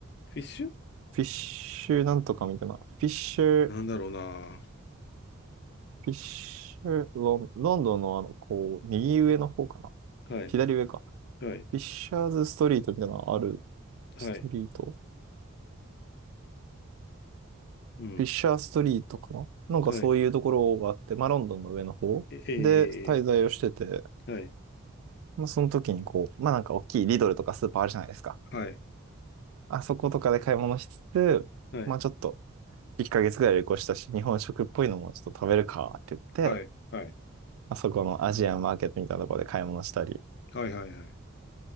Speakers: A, on the left; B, on the right.
A: フィッシュ
B: ィッシュなんとかみたいな。フィッシュ、
A: なんだろうな。
B: フィッシュ、ロン、ロンドンのあの、こう、右上の方かな
A: はい。
B: 左上か。
A: はい。
B: フィッシャーズストリートみたいなのある
A: はい。
B: ストリート
A: うん。
B: フィッシャーストリートかななんかそういうところがあって、
A: はい。
B: まあロンドンの上の方で滞在をしてて、
A: え、えーえー、えーはい。
B: まあその時にこう、まあなんか大きいリドルとかスーパーあるじゃないですか。
A: はい。
B: あそことかで買い物しつつ、
A: はい。
B: まあちょっと1ヶ月ぐらい旅行したし、日本食っぽいのもちょっと食べるかって言って、
A: はい。はい。はい。
B: まあそこのアジアンマーケットみたいなところで買い物したり。
A: はい。はい